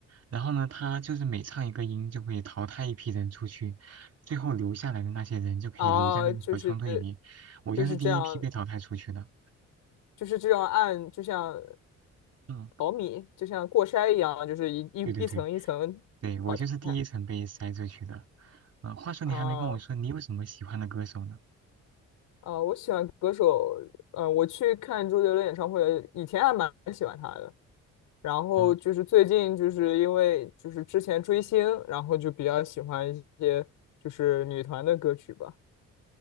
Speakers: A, on the right (about 55°); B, on the left (about 85°).
A: 然后呢，他就是每唱一个音就会淘汰一批人出去，最后留下来的那些人就可以留在那个合唱队里。
B: 啊，就是
A: 我就是第一批被淘汰出去的。
B: 就是这样，就是这样按，就像
A: 嗯，
B: 淘米，就像过筛一样，就是一一一层一层，
A: 对对对，对，我就是第一层被筛出去的。
B: 哎，
A: 嗯、话说你还没跟我说你有什么喜欢的歌手呢？
B: 啊。呃，我喜欢歌手，呃，我去看周杰伦演唱会，以前还蛮喜欢他的，然后就是最近就是因为就是之前追星，
A: 哦，
B: 然后就比较喜欢一些就是女团的歌曲吧，